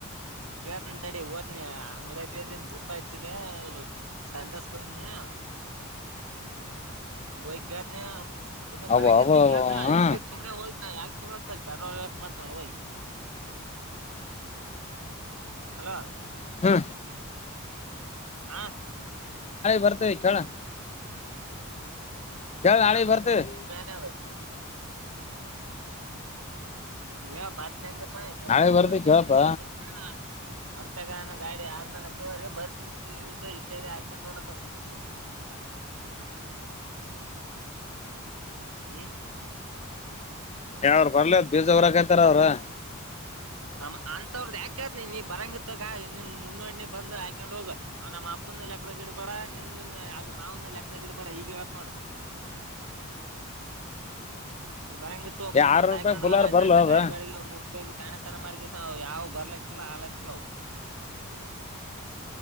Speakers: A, on the right (about 75°); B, on the left (about 30°).
A: ಕೇಳ್ತಿನ ತಡಿ ಓತನಿ ಅಂಗ್ಡಿಯಗ್ ಇದಿನಿ. ಚ್ಚಿದೆ ಸಂಡಾಸ್ಕ ಬಂದನೀಯಾ. ವ ಕತ ಒ
B: ಅವ
A: ಭರಂಗ
B: ಅವ
A: ಕತ
B: ಹಾ
A: ಇಲ್ಲಿ ಸುಮ್ನೆ ಹಾ ಯಾಕೆ ಚಳಕಲ್ ಪೆಟ್ರೋಲ್ ವೇಸ್ಟ್ ಮಾಡ್ಕೊಂಡ ಹೋಗಿ. ಹಲೋ
B: ಹ್ಮ
A: ಹ <unintelligible>
B: ಬರ್ತೇವಿ ಕೇಳ ಕೇಳ
A: ಹ್ಮ
B: ನಾಳೆ
A: ಅಲ್ಲನ್ನ
B: ಬರ್ತೀವಿ
A: ನೀ ಪ್ಯಾನೆ ಅದು. ಯ ಬಾರತೆ ಅಂದ್ಯಪ ಸದ್ಯ
B: ನಾಳೆ
A: ಹೋಗ್
B: ಬರ್ತೀವಿ
A: ಕೇಸ್
B: ಕೇಳಪ್ಪ
A: ಕೇಳ್ ಕೊಡ್ತೆ ಹಂಪೆಗನ ಗಾಡಿ ಆರ್ ನನ ಶಿವ್ರಿ ಬರ್ರಿ ಇದ್ದೇದ ಹಾಕೊಂಡ್ ಹೋಗಲಕ ಆತ್ ಇ <inaudible> ಹ್ಮ್
B: ಯಾವ್ರ ಬರ್ಲ ಬೀಜ ಊರಕತಾರ ಅವ್ರು.
A: ಅ ಅಂತವ್ರ್ದ ಯಾಕತ್ ನೀ ಬರಂಗತ್ತಗ ನೀನ್ ಮುನ್ನೋಡನ ಬಂದ ಹಯಕೊಂಡ್ ಹೋಗ ನಮ್ಮ ಅಪ್ಪನ್ದು ಲೆಕ್ದಗಿಡಬೇಡ ನಿಮ್ದ ಮಾವನ ಲೆಕ್ದಗಿಡಬೇಡ ಈಗ ಹೇಳತ್ ನೋಡು. <inaudible> ನೀವು ಬರಂಗಿತ್ತು ಒಬ್ಬ
B: ಏ ಆರ್ನೂರು
A: ಬಂದ ಹಾಕೊಂಡ್ಗಾಗ
B: ರೂಪಾಯಿ ಬುಲಾರ
A: <unintelligible>
B: ಬರ್ಲ ಅದ
A: ಗಾಡಿ ಬಾಡಿಗೆ ಒ ನೂರು ರುಪಾಯಿಗೆ ಸಣ್ಣ ತನ ಮಾಡಿ ಹ ಯಾವ ಬರ್ಲಕ್ಕಿಲ್ಲ ಆಲಕ್ಕಿಲ್ಲ.